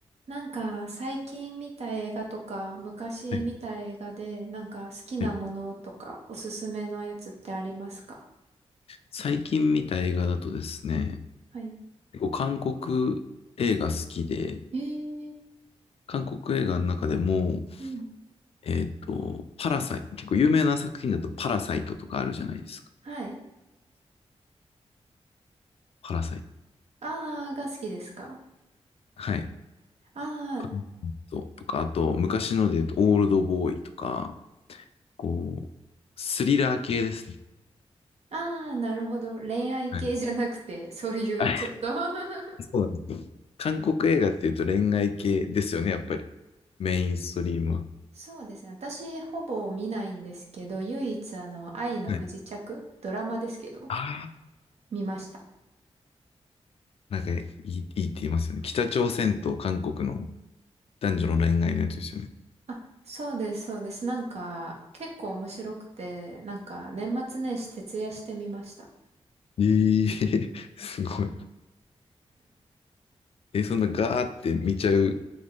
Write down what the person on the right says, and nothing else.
なんか最近見た映画とか昔見た映画でなんか好きなものとかおすすめのやつってありますか
はい。
えー、
うん。
はい。
あーが好きですか
あー、
あー、なるほど。恋愛系じゃなくて、
そういうちょっと
<laughs>
そうですね。私ほぼ見ないんですけど、唯一あの愛の不時着、
ドラマですけど、
見ました。
あそうです、そうです。なんか、結構面白くて、なんか、年末年始徹夜してみました。